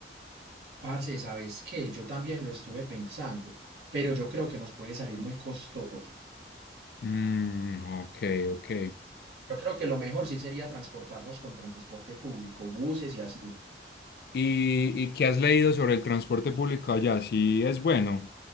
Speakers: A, on the right; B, on the left.
A: Parce, ¿sabes qué? Yo también lo estuve pensando, pero yo creo que nos puede salir muy costoso.
B: Mm, ok, ok.
A: Yo creo que lo mejor sí sería transportarnos con transporte público, buses y así.
B: ¿Y, y qué has leído sobre el transporte público allá? ¿Sí es bueno?